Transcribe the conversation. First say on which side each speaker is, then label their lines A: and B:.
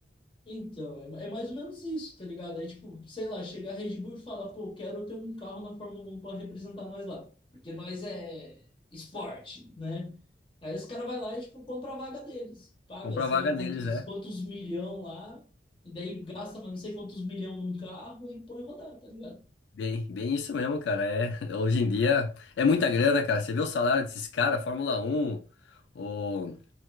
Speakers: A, on the left (about 30°); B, on the left (about 75°).
A: Então, é, é mais ou menos isso, tá ligado? É tipo, sei lá, chega a Red Bull e fala, pô, quero ter um carro na Fórmula um para representar nós lá. Porque nós é esporte, né? Aí os caras vai lá e, tipo, compra a vaga deles. Paga,
B: Comprar
A: sei
B: a vaga
A: lá, quantos,
B: deles, é.
A: quantos milhão lá. E daí gasta, mas não sei quantos milhão num carro e põe rodar, tá ligado?
B: Bem, bem isso mesmo, cara. É, <laughs> hoje em dia é muita grana, cara. Você vê o salário desses caras, Fórmula Um, o,